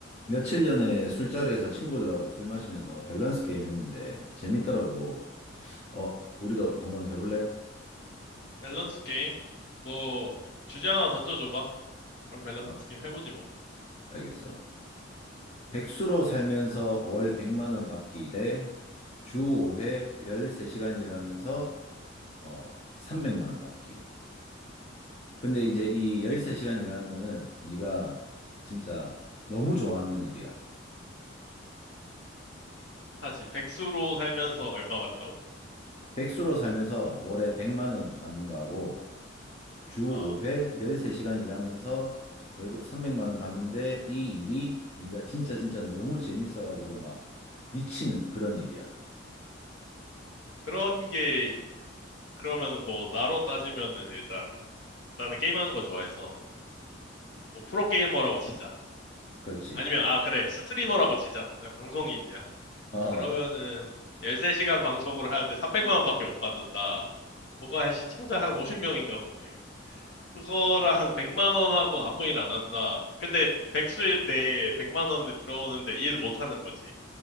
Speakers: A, on the left (about 35°); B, on the left (about 60°).
A: 며칠 전에 술자리에서 친구들하고 술 마시면서 밸런스 게임 했는데 재밌더라고. 어, 우리도 한번 해볼래?
B: 밸런스 게임? 뭐, 주제 하나 던져줘봐. 그럼 밸런스
A: 어,
B: 게임 해보지 뭐.
A: 알겠어. 백수로 살면서 월 100만 원 받기 대 주 5회 13시간 일하면서 어, 300만 원 받기. 근데 이제 이 13시간
B: 백,
A: 일하는 거는 네가 진짜 너무 좋아하는 일이야.
B: 다시, 백수로 살면서 얼마 받는다고
A: 백수로 살면서 월에 100만 원 받는 거하고 주 5회
B: 아,
A: 13시간 일하면서 월급 300만 원 받는데 이 일이 네가 진짜 진짜 너무 재밌어가지고 막 미치는 그런 일이야.
B: 그런 게, 그러면은 뭐, 나로 따지면은 일단, 나는 게임하는 거 좋아해서, 뭐, 프로게이머라고 치자.
A: 그렇지.
B: 아니면, 아, 그래, 스트리머라고 치자. 내가 방송인이야.
A: 어,
B: 그러면은,
A: 그,
B: 13시간 방송을 하는데 300만 원밖에 못 받는다. 뭐가 한 시청자 한 50명인가 보네. 그거랑 <laughs> 백만 원하고 아무 일 안 한다. 근데 백수일 때 백만 원이 들어오는데 일 못 하는 거지.